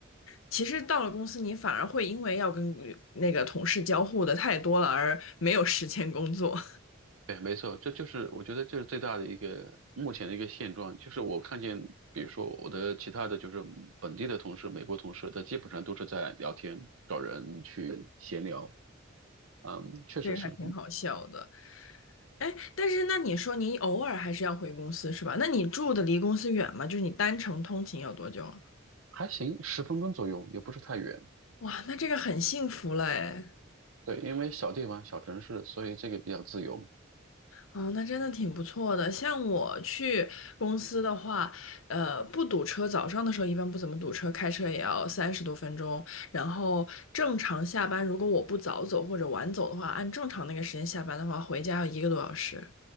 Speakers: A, on the left; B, on the right.
A: 其实到了公司，你反而会因为要跟那个同事交互的太多了，而没有时间工作，
B: 对，没错，这就是我觉得这是最大的一个目前的一个现状，就是我看见，比如说我的其他的就是本地的同事、美国同事，他基本上都是在聊天、找人去闲聊，嗯，
A: <laughs>
B: 确实是
A: 这个还挺好笑的。哎，但是那你说你偶尔还是要回公司是吧？那你住的离公司远吗？就是你单程通勤有多久啊？
B: 还行，十分钟左右，也不是太远。
A: 哇，那这个很幸福了哎。
B: 对，因为小地方、小城市，所以这个比较自由。
A: 哦，那真的挺不错的。像我去公司的话，呃，不堵车，早上的时候一般不怎么堵车，开车也要三十多分钟。然后正常下班，如果我不早走或者晚走的话，按正常那个时间下班的话，回家要一个多小时。